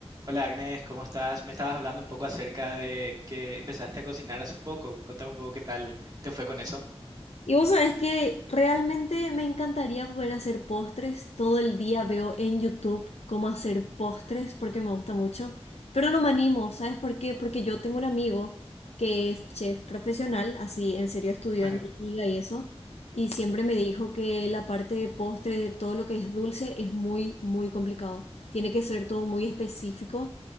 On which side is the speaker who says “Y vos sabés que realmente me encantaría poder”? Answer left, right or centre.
Left